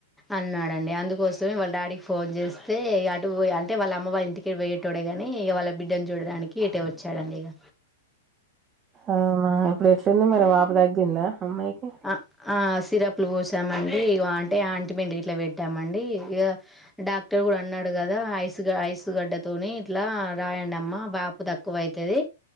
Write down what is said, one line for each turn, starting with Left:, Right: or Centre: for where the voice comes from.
Centre: అన్నాడండి అందుకోసమే వాళ్ళ డాడీకి ఫోన్ చేస్తే అటు పోయ అంటే వాళ్ళమ్మ వాళ్ ఇంటికే వె తోడే గాని ఇక వాళ్ళ బిడ్డని చూడడానికి ఇటే వచ్చాడండి ఇక
Right: అవునా ఇప్పుడు ఎట్లుంది మరి వాపు తగ్గిందా అమ్మాయికి
Centre: ఆ ఆ సిరప్లు పోసామండి వా ప్యాం ఆయింట్మెంట్ ఇట్లా పెట్టామండి ఇక డాక్టర్ కూడా అన్నాడు కదా ఐ ఐస్ గడ్డతోని ఇట్లా రాయండి అమ్మా వాపు తక్కువ అయితది